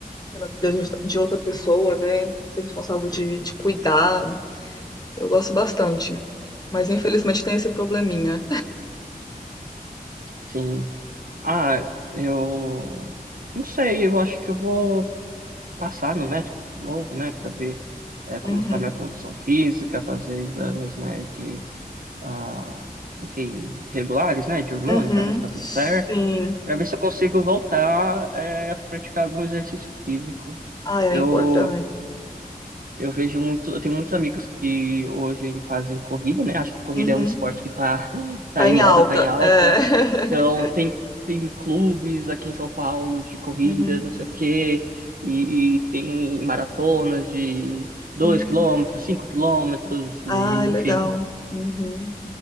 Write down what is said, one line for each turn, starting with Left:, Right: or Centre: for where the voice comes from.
Left: pela vida de outra de outra pessoa, né? Ser responsável de, de cuidar. Eu gosto bastante. Mas infelizmente tem esse probleminha.
Right: Sim. Ah, eu não sei, eu acho que eu vou passar no médico de novo, né, para ver eh, como
Left: Uhum.
Right: está minha condição física, fazer exames, né, de, ah, enfim, regulares, né, de hormônio,
Left: Uhum.
Right: para ver se está tudo
Left: Sim.
Right: certo, para ver se eu consigo voltar eh, a praticar algum exercício físico.
Left: Ah, é
Right: Eu
Left: importante.
Right: eu vejo muito, eu tenho muitos amigos que hoje fazem corrida, né? Acho que corrida
Left: Uhum.
Right: é um esporte que tá, <laughs> tá
Left: Tá
Right: em
Left: em
Right: moda,
Left: alta.
Right: tá em alta.
Left: É. <laughs>
Right: Então, tem, tem clubes aqui em São Paulo de corrida
Left: Uhum.
Right: não sei o quê, e, e tem maratonas de dois
Left: Uhum.
Right: quilômetros, 5 quilômetros, e,
Left: Ah, é legal.
Right: enfim.
Left: Uhum.